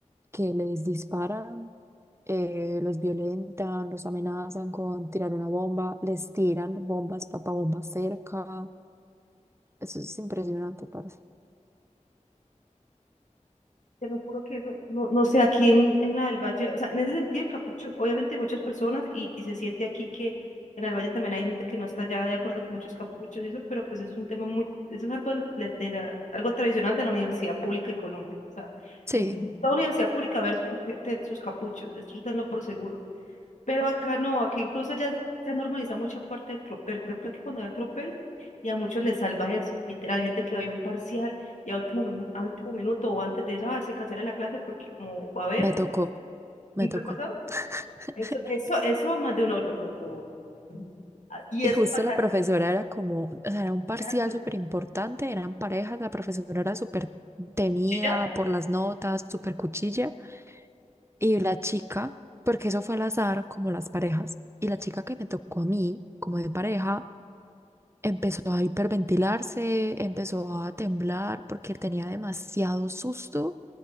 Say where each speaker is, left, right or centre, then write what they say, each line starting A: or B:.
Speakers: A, on the right; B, on the left.
A: que les disparan, eh, los violentan, los amenazan con tirar una bomba, les tiran bombas, papabombas cerca. Eso es impresionante, parce.
B: Te lo juro que eso, no, no sé, aquí en, en la del Valle, o sea, en ese sentido el capucho, obviamente hay muchas personas y, y se siente aquí que en el Valle también hay gente que no está ya de acuerdo con muchos capuchos y eso, pero pues eso es un tema muy, eso es algo, del- de, de la, algo tradicional de la universidad pública en Colombia. O sea,
A: Sí.
B: en toda universidad pública ver su gente, sus capuchos, esto tenlo por seguro. Pero acá no, aquí incluso ya se ha normalizado mucha parte del tropel. Por ejemplo, aquí cuando hay el tropel, y a muchos les salva eso. Literal, hay gente que hay un parcial y a último, minu- a último minuto o antes de eso, ah, se cancela la clase porque como va a haber,
A: Me tocó, me
B: ¿no
A: tocó.
B: te ha pasado?
A: <laughs>
B: Eso, eso, eso a más de uno lo- lo- lo- ah, Y
A: Y
B: eso
A: justo
B: pasa
A: la
B: acá.
A: profesora era como, o sea, era un parcial
B: Ah, pues,
A: súper importante, eran parejas, la profesora era súper temida
B: Chilla,
A: por las notas, súper cuchilla. Y la chica, porque eso fue al azar, como las parejas, y la chica que me tocó a mí, como de pareja, Empezó a hiperventilarse, empezó a temblar porque tenía demasiado susto